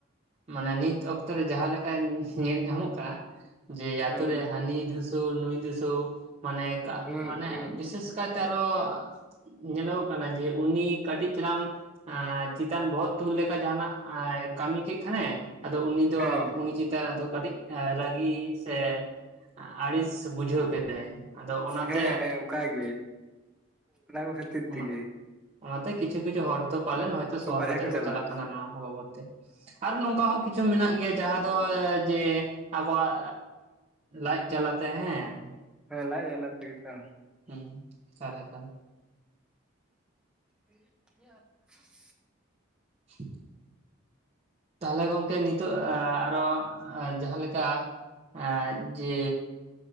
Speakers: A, on the right; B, in the centre.
A: ᱢᱟᱱᱮ ᱱᱤᱛ ᱚᱠᱛᱚ ᱨᱮ ᱡᱟᱦᱟᱸ ᱞᱮᱠᱟ ᱧᱮᱞ ᱧᱟᱢᱚᱜ ᱠᱟᱱᱟ ᱡᱮ ᱟᱛᱳ
B: ᱦᱩᱸ
A: ᱨᱮ
B: ᱦᱩᱸ
A: ᱦᱟᱹᱱᱤ ᱫᱷᱩᱥ ᱛᱳ ᱱᱩᱭ ᱫᱤᱥᱟᱹᱣ ᱢᱟᱱᱮ ᱠᱟ
B: ᱦᱩᱸ
A: ᱢᱟᱱᱮ
B: ᱦᱩᱸ
A: ᱵᱤᱥᱮᱥ ᱠᱟᱭᱛᱮ ᱟᱨᱚ ᱧᱮᱞᱚᱜᱚᱜ ᱠᱟᱱᱟ ᱡᱮ ᱩᱱᱤ ᱠᱟᱹᱴᱤᱡ ᱪᱟᱞᱟᱝ ᱟᱸ ᱪᱤᱛᱟᱱ ᱵᱚᱦᱚᱜ ᱛᱩᱞ ᱞᱮᱠᱷᱟᱱ ᱡᱟᱦᱟᱸᱱᱟᱜ ᱮᱸ ᱠᱟᱹᱢᱤ ᱠᱤᱜ ᱠᱷᱟᱱᱮ ᱟᱫᱚ ᱩᱱᱤ ᱫᱚ
B: ᱦᱮᱸ
A: ᱩᱱᱤ ᱪᱮᱛᱟᱱ ᱟᱫᱚ ᱠᱟᱹᱴᱤᱡ ᱨᱟᱹᱜᱤ ᱥᱮ ᱟᱹᱲᱤᱥ ᱵᱩᱡᱷᱟᱹᱣ ᱠᱮᱫᱟᱭ ᱟᱫᱚ ᱚᱱᱟᱛᱮ
B: ᱦᱮᱸ ᱦᱮᱸ ᱚᱱᱠᱟ ᱜᱮ ᱚᱱᱟ ᱠᱚ ᱠᱷᱟᱹᱛᱤᱨ
A: ᱚᱱᱟ
B: ᱛᱤᱜᱤ
A: ᱚᱱᱟᱛᱮ ᱠᱤᱪᱷᱩ ᱠᱤᱪᱷᱩ ᱦᱚᱲ ᱫᱚ ᱯᱟᱞᱮᱱ ᱦᱚᱭᱛᱚ ᱥᱚᱦᱚᱨ
B: ᱵᱟᱨᱦᱮ
A: ᱵᱟᱡᱟᱨ ᱠᱚ
B: ᱪᱟᱞᱟᱜᱼᱟ
A: ᱪᱟᱞᱟᱜ ᱠᱟᱱᱟ ᱱᱚᱣᱟ ᱠᱚ ᱵᱟᱵᱚᱛ ᱛᱮ᱾ ᱟᱨᱚ ᱱᱚᱝᱠᱟ ᱦᱚᱸ ᱠᱤᱪᱷᱩ ᱢᱮᱱᱟᱜ ᱜᱮᱭᱟ ᱡᱟᱦᱟᱸ ᱫᱚ ᱡᱮ ᱟᱵᱚᱣᱟᱜ ᱞᱟᱡ ᱡᱟᱞᱟᱛᱮ ᱦᱮᱸ
B: ᱦᱮᱸ ᱞᱟᱡ ᱡᱟᱞᱟ ᱛᱮᱜᱮ ᱛᱚ,
A: ᱦᱩᱸ, ᱛᱟᱦᱞᱮ ᱠᱷᱟᱱ
B: <inaudible>
A: <inaudible> ᱛᱟᱦᱞᱮ ᱜᱚᱝᱠᱮ ᱱᱤᱛᱳᱜ ᱮᱸ ᱟᱨᱚ ᱮᱸ ᱡᱟᱦᱟᱸ ᱞᱮᱠᱟ ᱮᱸ ᱡᱮ